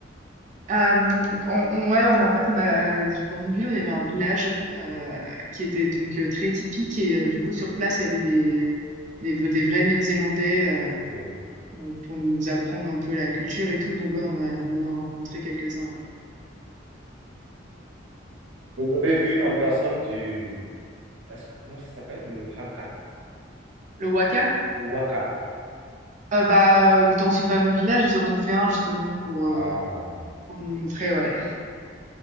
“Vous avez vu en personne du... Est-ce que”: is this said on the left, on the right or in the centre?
Right